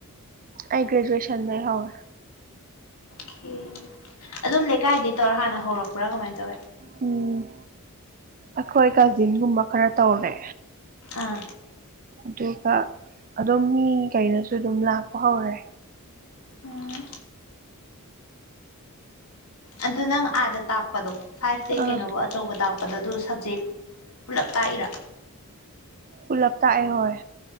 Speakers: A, on the right; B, on the left.
A: ꯑꯩ ꯒ꯭ꯔꯦꯖꯨꯌꯦꯁꯟ ꯗꯩ ꯍꯧꯔꯦ
B: ꯈꯦ ꯑꯗꯨꯝ ꯂꯩꯀꯥꯏꯗꯒꯩ ꯇꯧꯔ ꯍꯥꯟꯅ ꯍꯧꯔꯛꯄ꯭ꯔꯥ ꯀꯃꯥꯏ ꯇꯧꯋꯦ
A: ꯎꯝ ꯑꯩꯈꯣꯏ ꯀꯥꯖꯤꯟꯒꯨꯝꯕ ꯈꯔ ꯇꯧꯔꯦ
B: ꯑꯥ
A: ꯑꯗꯨꯒ ꯑꯗꯨꯝ ꯃꯤ ꯀꯩꯅꯁꯨ ꯑꯗꯨꯝ ꯂꯥꯛꯄ ꯍꯧꯔꯦ
B: ꯎꯝ ꯑꯗꯨ ꯅꯪ ꯑꯥꯗ ꯇꯥꯛꯄꯗꯣ ꯐꯥꯏꯚꯇꯩ
A: ꯑꯥ
B: ꯀꯩꯅꯣꯕꯥꯎ ꯑꯆꯧꯕ ꯇꯥꯛꯄ ꯑꯗꯣ ꯑꯗꯨ ꯁꯞꯖꯦꯛ ꯄꯨꯂꯞ ꯇꯥꯛꯏꯔ
A: ꯎꯂꯞ ꯇꯥꯛ ꯑꯦ ꯍꯣꯏ